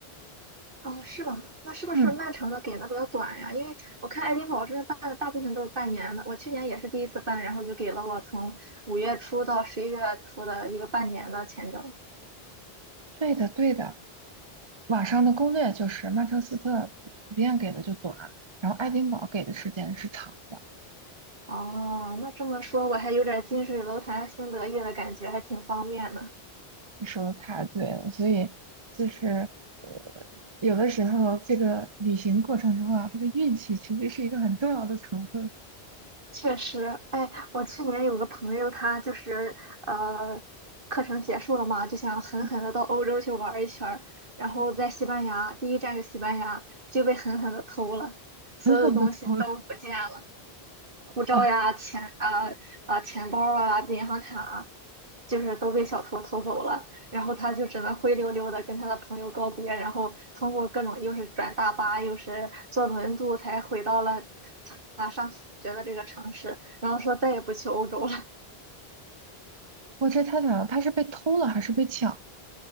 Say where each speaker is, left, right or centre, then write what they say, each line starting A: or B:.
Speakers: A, on the right (about 55°); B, on the right (about 30°).
A: 哦，是吗？那是不是曼城的给的比较短呀？
B: 嗯
A: 因为我看爱丁堡这边办的大部分都是半年的，我去年也是第一次办，然后就给了我从五月初到十一月初的一个半年的签证。
B: 对的，对的，网上的攻略就是曼彻斯特普普遍给的就短，然后爱丁堡给的时间是长的。
A: 哦，那这么说，我还有点近水楼台先得月的感觉，还挺方便的。
B: 你说的太对了，所以就是呃，有的时候这个旅行过程中啊，这个运气其实是一个很重要的成分，
A: 确实，哎，我去年有个朋友，他就是呃，课程结束了嘛，就想狠狠的到欧洲去玩一圈儿，
B: 嗯，
A: 然后在西班牙，
B: 嗯，
A: 第一站是西班牙，就被狠狠的偷了，所有东西都不见了。
B: 狠狠的偷了
A: 护照呀、
B: 啊！
A: 钱啊啊、钱包啊、银行卡啊，就是都被小偷偷走了。然后他就只能灰溜溜的跟他的朋友告别，然后通过各种又是转大巴又是坐轮渡才回到了他上学的这个城市。然后说再也不去欧洲了，
B: 我这太惨了，他是被偷了还是被抢